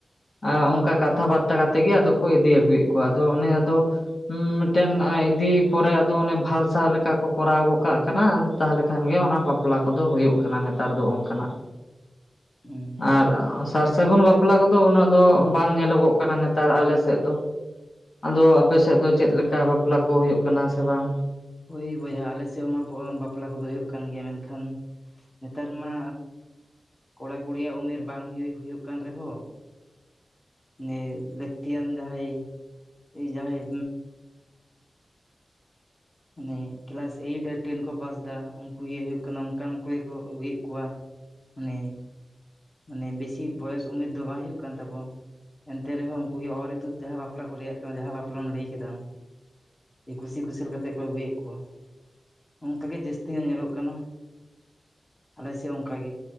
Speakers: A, on the left; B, on the left.
A: ᱚᱱᱠᱟ ᱠᱟᱛᱷᱟ ᱵᱟᱨᱛᱟ ᱠᱟᱛᱮᱜ ᱜᱮ ᱟᱫᱚ ᱠᱚ ᱤᱫᱤ ᱟᱹᱜᱩᱭᱮᱫ ᱠᱚᱣᱟ ᱟᱫᱚ ᱚᱱᱮ ᱟᱫᱚ ᱢᱤᱫᱴᱮᱱ ᱟᱭ ᱤᱫᱤ ᱯᱚᱨᱮ ᱟᱫᱚ ᱚᱱᱮ ᱵᱟᱦᱟᱥᱟᱶ ᱞᱮᱠᱟ ᱠᱚ ᱠᱚᱨᱟᱣ ᱜᱚᱫ ᱠᱟᱜ ᱠᱟᱱᱟ ᱟᱫᱚ ᱛᱟᱦᱚᱞᱮ ᱠᱷᱟᱱ ᱜᱮ ᱚᱱᱟ ᱵᱟᱯᱞᱟ ᱠᱚᱫᱚ ᱦᱩᱭᱩᱜ ᱠᱟᱱᱟ ᱱᱮᱛᱟᱨ ᱫᱚ ᱚᱱᱠᱟᱱᱟᱜ
B: ᱦᱩᱸ
A: ᱟᱨ ᱥᱟᱨ ᱥᱟᱹᱜᱩᱱ ᱵᱟᱯᱞᱟ ᱠᱚᱫᱚ ᱩᱱᱟᱹᱜ ᱫᱚ ᱵᱟᱝ ᱧᱮᱞᱚᱜᱚᱜ ᱠᱟᱱᱟ ᱱᱮᱛᱟᱨ ᱟᱞᱮ ᱥᱮᱫ ᱫᱚ ᱟᱫᱚ ᱟᱯᱮ ᱥᱮᱫ ᱫᱚ ᱪᱮᱫ ᱞᱮᱠᱟ ᱵᱟᱯᱞᱟ ᱠᱚ ᱦᱩᱭᱩᱜ ᱠᱟᱱᱟ ᱥᱮ ᱵᱟᱝ
B: ᱳᱭ ᱵᱚᱭᱦᱟ ᱟᱞᱮ ᱥᱮᱫ ᱢᱟ ᱵᱟᱯᱞᱟ ᱠᱚᱫᱚ ᱦᱩᱭᱩᱜ ᱠᱟᱱ ᱜᱮᱭᱟ ᱢᱮᱱᱠᱷᱟᱱ ᱱᱮᱛᱟᱨ ᱢᱟ ᱠᱚᱲᱟ ᱠᱩᱲᱤᱭᱟᱜ ᱩᱢᱮᱨ ᱵᱟᱝ ᱦᱩᱭᱩᱜ ᱦᱩᱭᱩᱜ ᱠᱟᱱ ᱨᱮᱦᱚᱸ ᱩᱱᱤ ᱞᱟᱹᱠᱛᱤᱭᱟᱱ ᱡᱟᱦᱟᱸᱭ ᱡᱟᱦᱟᱸᱭ ᱢᱟᱱᱮ ᱠᱮᱞᱟᱥ ᱮᱭᱤᱴ ᱟᱨ ᱴᱮᱱ ᱠᱚ ᱯᱟᱥ ᱮᱫᱟ ᱩᱱᱠᱩ ᱜᱮ ᱦᱩᱭᱩᱜ ᱠᱟᱱᱟ ᱚᱱᱠᱟᱱ ᱠᱚᱜᱮ ᱠᱚ ᱟᱹᱜᱩᱭᱮᱫ ᱠᱚᱣᱟ ᱢᱟᱱᱮ ᱢᱟᱱᱮ ᱵᱮᱥᱤ ᱵᱚᱭᱮᱥ ᱩᱢᱮᱨ ᱫᱚ ᱵᱟᱝ ᱦᱩᱭᱩᱜ ᱠᱟᱱ ᱛᱟᱠᱚᱣᱟ ᱮᱱᱛᱮ ᱨᱮᱦᱚᱸ ᱩᱱᱠᱩ ᱜᱮ ᱚᱨ ᱤᱛᱩᱫ ᱡᱟᱦᱟᱸ ᱵᱟᱯᱞᱟ ᱠᱚ ᱞᱟᱹᱫ ᱠᱟᱱᱟ ᱡᱟᱦᱟᱸ ᱵᱟᱯᱞᱟᱢ ᱞᱟᱹᱭ ᱠᱮᱫᱟ ᱟᱢ ᱠᱩᱥᱤ ᱠᱩᱥᱟᱹᱞ ᱠᱟᱛᱮᱫ ᱠᱚ ᱟᱹᱜᱩᱭᱮᱫ ᱠᱚᱣᱟ ᱚᱱᱠᱟᱜᱮ ᱡᱟᱹᱥᱛᱤ ᱧᱚᱜ ᱧᱮᱞᱚᱜ ᱠᱟᱱᱟ ᱟᱞᱮᱥᱮᱫ ᱚᱱᱠᱟ ᱜᱮ